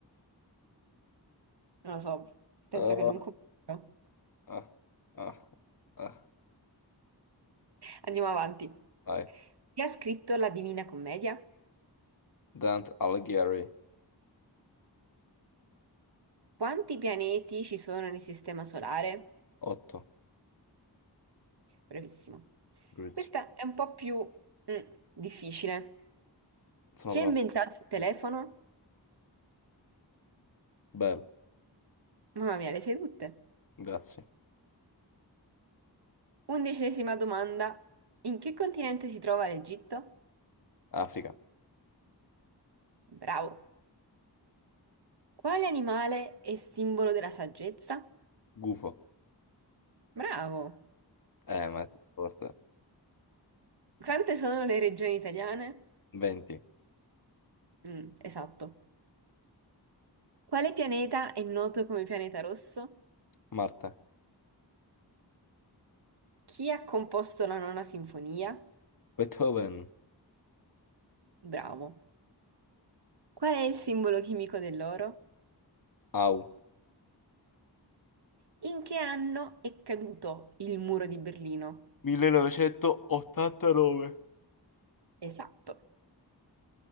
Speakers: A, on the right (about 70°); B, on the left (about 55°).
A: Non lo so, penso
B: Ah,
A: che non comprendo.
B: ah, ah, ah, ah.
A: Andiamo avanti.
B: Vai.
A: Chi ha scritto la Divina Commedia?
B: <laughs> Dante Alighieri.
A: Quanti pianeti ci sono nel Sistema Solare?
B: 8.
A: Bravissimo.
B: Grazie.
A: Questa è un po' più mm, difficile.
B: Sono
A: Chi
B: pronto.
A: ha inventato il telefono?
B: Bello.
A: Mamma mia, le sai tutte.
B: Grazie.
A: Undicesima domanda. In che continente si trova l'Egitto?
B: Africa.
A: Bravo. Quale animale è simbolo della saggezza?
B: Gufo.
A: Bravo.
B: Eh, ma è forte.
A: Quante sono le regioni italiane?
B: 20.
A: Mm, esatto. Quale pianeta è noto come pianeta rosso?
B: Marte.
A: Chi ha composto la nona sinfonia?
B: Beethoven.
A: Bravo. Qual è il simbolo chimico dell'oro?
B: Au.
A: In che anno è caduto il muro di Berlino?
B: 1989.
A: Esatto.